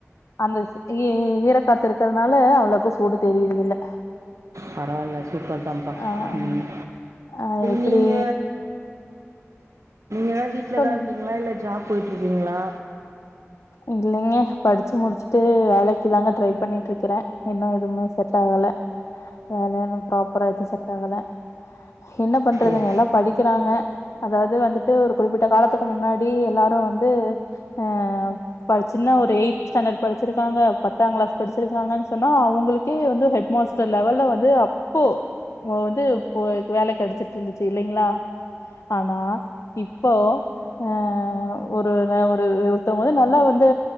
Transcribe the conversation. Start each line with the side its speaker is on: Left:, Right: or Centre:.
Left: அந்த ஈரக்காத்து இருக்கிறதுனால அவ்வளவுக்கும் சூடு தெரிரது இல்ல
Right: பரவால்ல சூப்பர் தாம்ப்பா
Left: ஆ ஆ
Right: ம்
Left: ஆ எப்டி
Right: நீங்க ஏதாது வீட்லதா
Left: சொல்லுங்க
Right: இருக்கீங்ளா இல்ல ஜாப் போயிட்டு இருக்கீங்ளா
Left: இல்லைங்க படிச்சு முடிச்சுட்டு வேலைக்கு தாங்க ட்ரை பண்ணிட்டு இருக்கறே இன்னு எதுமே செ ட்டாகல வேல எது ப்ராப்பரா எது செட் ஆகல என்ன பண்றதுங்க
Right: ஓ
Left: எல்லா படிக்கிறாங்க அதாவது வந்துட்டு ஒரு குறிப்பிட்ட காலத்துக்கு முன்னாடி எல்லாரு வந்து ஆ படிச்சுன்னா ஒரு எயி்த் ஸாண்டர்ட் படிச்சிருக்காங்க பத்தாங் கிளாஸ் படிச்சிருக்காங்கன் சொன்னா அவங்ளுக்கே வந்து ஹெட் மாஸ் டர் லெவல்ல வந்து அப்போ வந்து ப்ப வேல கெடைச்சிட்டு இருந்துச்சு இல்லைங்ளா ஆனா இப்போ ஆ ஒருங்க ஒரு ஒருத்தவ்ங்க வந்து ந ல்லா வந்து